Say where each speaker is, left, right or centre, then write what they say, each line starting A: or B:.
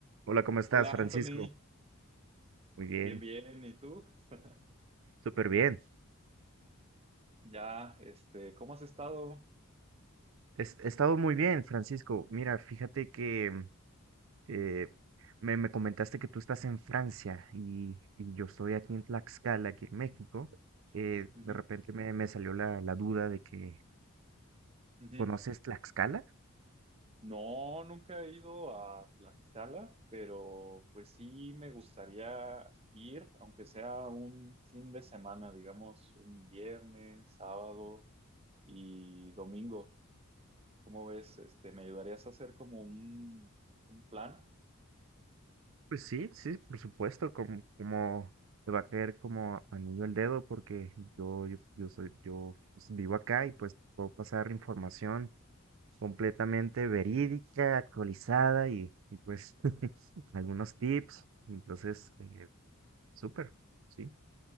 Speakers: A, on the right; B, on the right.
A: Hola, ¿cómo
B: Hola
A: estás, Francisco?
B: Anthony,
A: Muy bien,
B: bien, bien, ¿y tú? <laughs>
A: súper bien.
B: Ya, este, ¿cómo has estado?
A: Es- He estado muy bien, Francisco. Mira, fíjate que mm, eh, me, me comentaste que tú estás en Francia y, y yo estoy aquí en Tlaxcala, aquí en México. Eh,
B: Ujú,
A: de repente me, me salió la, la duda de que,
B: ujú.
A: ¿conoces Tlaxcala?
B: No, nunca he ido a Tlaxcala, pero pues sí me gustaría ir, aunque sea un fin de semana, digamos, un viernes, sábado y domingo. ¿Cómo ves? Este, ¿me ayudarías a hacer como un, un plan?
A: Pues sí, sí, por supuesto, como, como te va a caer como anillo al dedo porque yo, yo, yo soy, yo pues, vivo acá y pues puedo pasar información completamente verídica, actualizada y, y pues <laughs> algunos tips. Entonces, eh, súper, ¿sí?